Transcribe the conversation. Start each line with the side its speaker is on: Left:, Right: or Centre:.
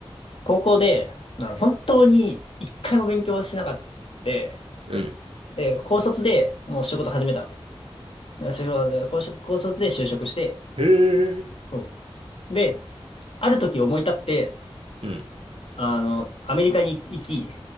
Left: 高校で、あの、本当に一回も勉強しなかった。で、
Right: うん。
Left: で高卒でもう仕事始めたのね。就職高卒高卒で就職して、
Right: へえ。
Left: そうで、ある時思い立って、
Right: うん。
Left: あの、アメリカに行き、